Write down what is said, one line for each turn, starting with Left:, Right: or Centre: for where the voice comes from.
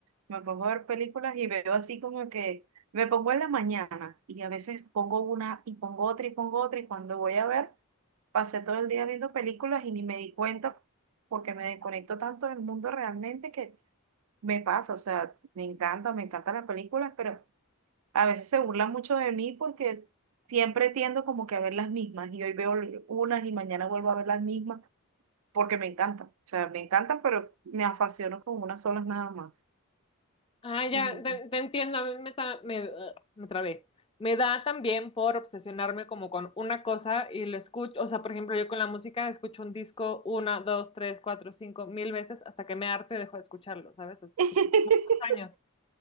Right: me pongo a ver películas y veo así como que me pongo en la mañana y a veces pongo una y pongo otra y pongo otra y cuando voy a ver, pasé todo el día viendo películas y ni me di cuenta porque me desconecto tanto del mundo realmente que me pasa. O sea, me encanta, me encantan las películas, pero... A veces se burlan mucho de mí porque siempre tiendo como que a ver las mismas y hoy veo unas y mañana vuelvo a ver las mismas porque me encantan. O sea, me encantan, pero me apasiono con unas solas nada más.
Left: Ah, ya,
Right: Ujú.
Left: te, te entiendo, a mí me, ta- me, ah, me trabé. Me da también por obsesionarme como con una cosa y le escucho, o sea, por ejemplo, yo con la música escucho un disco una, dos, tres, cuatro, cinco, mil veces hasta que me harto y dejo de escucharlo, ¿sabes? Es-
Right: <laughs>
Left: sí, muchos años.